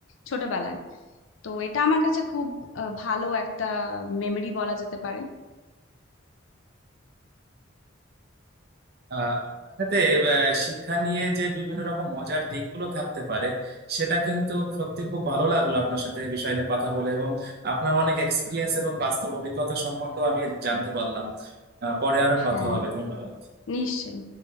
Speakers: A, on the left; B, on the right.
A: ছোটবেলায় তো এটা আমার কাছে খুব আহ, ভালো একটা মেমরি বলা যেতে পারে
B: আহ, আপনার সাথে আহ, শিক্ষা নিয়ে যে বিভিন্ন রকম মজার দিকগুলো থাকতে পারে সেটা কিন্তু সত্যি খুব ভালো লাগলো আপনার সাথে এই বিষয় নিয়ে কথা বলে এবং আপনার অনেক এক্সপিরিয়েন্স এবং বাস্তব অভিজ্ঞতা সম্পর্কেও আমি জানতে পারলাম আহ, পরে আরো কথা
A: হ্যাঁ
B: হবে ধন্যবাদ
A: নিশ্চয়ই